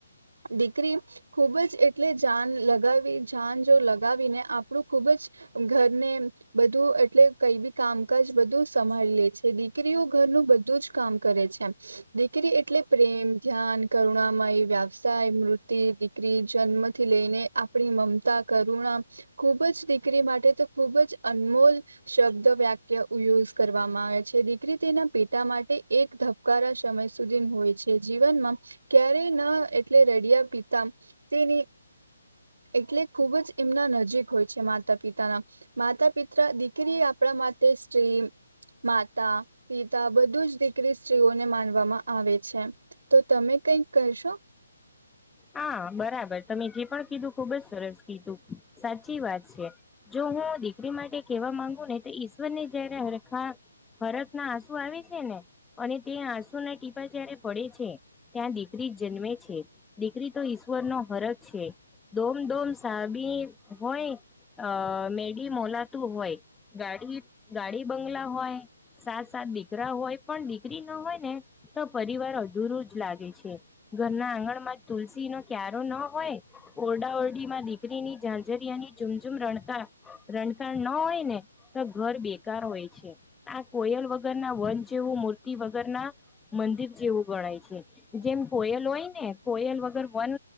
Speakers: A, on the right; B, in the centre.
A: દીકરી ખુબ જ એટલે જાન લગાવી જાન જો લગાવીને આપણું ખૂબ ઘરને બધું એટલે કઈ બી કામકાજ બધું સંભાળી લે છે દીકરીઓ ઘરનું બધું જ કામ કરે છે દીકરી એટલે પ્રેમ ધ્યાન કરુણામય વ્યવસાય મૃત્ય દીકરી જન્મથી લઈને આપણી મમતા કરું ખુબ જ દીકરી માટે તો ખુબ જ અનમોલ શબ્દ વાક્ય કરવામાં આવે છે દીકરી તેના પેટા માટે એક ધબકારા સમય સુધી હોય છે જીવનમાં ક્યારેય ના એટલે રડિયા પીતા તેની એટલે ખુબ જ એમના નજીક હોય છે માતા પિતાના માતા પિતા દીકરી આપણા મ સ્ટ્રીમ માતા પિતા બધું જ દીકરી સ્ત્રીઓને માનવામાં આવે છે તો તમે કઈક કરશો
B: હા બરાબર તમે જે પણ કીધું ખુબ જ સરસ કીધું સાચી વાત છે જો હું દીકરી માટે કેહેવા માંગુ ને તો ઈશ્વર ને જયારે હરખા હરક ના આંસુ આવે છે ને અને તે આંસુ ના ટીપા જયારે પડે છે ત્યાં દીકરી જન્મે છે દીકરી તો ઈશ્વર નો હરક છે દોમ દોમ સાબી હોય અ મેડી મોલાતું હોય ગાડી ગાડી બંગલા હોય સાત સાત દીકરા હોય પણ દીકરી ના હોય ને તો પરિવાર અધૂરું જ લાગે છે ઘરના આંગણમાં તુલસી નો ક્યારેો ન હોય ઓરડા ઓરડી માં દીકરીની ઝંઝરિયા ની ઝુમઝુમ રણકાર રણખણ ન હોય ને તો ઘર બેકાર હોય છે આ કોયલ વગર ના વન જેવું મૂર્તિ વગર ના મંદિર જેવું ગણાય છે જેમ કોયલ હોય ને કોયલ વગર વન